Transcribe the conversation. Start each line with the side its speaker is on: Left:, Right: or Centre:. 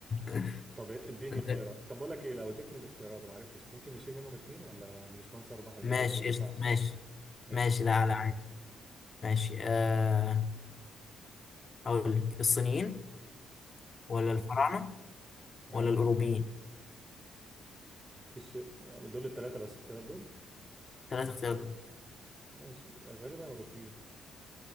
Left: <laughs>
Right: طب اديني
Left: أديلك-
Right: اختيارات طب بقول لك ايه لو اديتني الاختيارات وما عرفتش ممكن نشيل منهم اتنين ولا دي مش منصة ارباح المليون
Left: ماشي
Right: دي ما ينفعش
Left: قشطة ماشي
Right: قشطة
Left: ماشي
Right: ماشي
Left: لا لا عادي ماشي آه، أقول لك الصينيين ولا الفراعنة
Right: امم
Left: ولا الأوروبيين؟
Right: في الشيء دول التلاتة بس اختيارات دول
Left: ثلاث اختيارات دول.
Right: ماشي غالبا أوروبيين